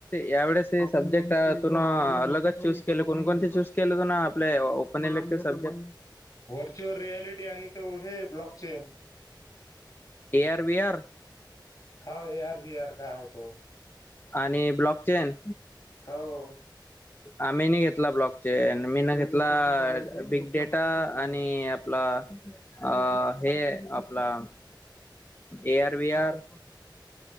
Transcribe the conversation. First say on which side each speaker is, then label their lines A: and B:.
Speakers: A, on the left; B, on the left.
A: यावेेळेस सब्जेक्ट तुून अलगच चूज केले कोणकोणते चूज केले तु ना आपले पण इलेक्ट्रि सब्जेक्ट
B: व्हर्च्युअल रियालिटी आणि तो हे block chain
A: A R B R
B: हा ए आर वी आर का आहे तो?
A: आणि ब्लॉक चेन
B: हो
A: आम्ही नी घेतला ब्लॉक चे मी न घेतला बिग डेटा आणि आपला अ हे आपला ए आर वी आर